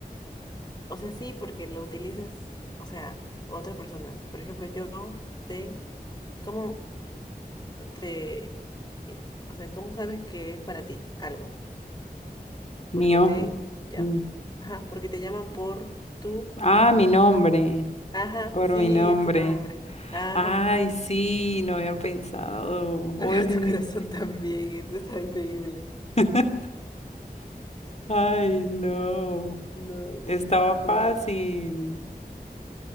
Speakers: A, on the left (about 25°); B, on the left (about 45°).
A: O sea, sí, porque lo utilizas, o sea, otras personas. Por ejemplo, yo te... ¿Cómo? te, eh, o sea, ¿cómo sabes que es para ti algo?
B: Mío.
A: Porque te llaman.
B: Mm.
A: Ajá, porque te llaman por tú.
B: Ah, mi nombre.
A: Ajá,
B: Por
A: sí,
B: mi nombre.
A: es tu nombre. Ajá.
B: Ay, sí, no había pensado.
A: <laughs>
B: Ori.
A: Tu corazón también, esto está increíble.
B: <laughs> Ay, no.
A: No,
B: Estaba
A: que- no.
B: fácil.